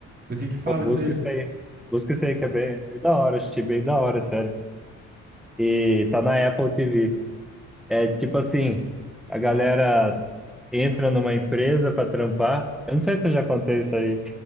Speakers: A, on the right; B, in the centre.
A: Do que que fala
B: Pô, busca
A: isso aí?
B: isso aí. Busca isso aí que é bem, é bem da hora. Achei bem da hora, sério. E tá na Apple TV. É tipo assim, a galera entra numa empresa para trampar. Eu não sei se eu já contei isso aí.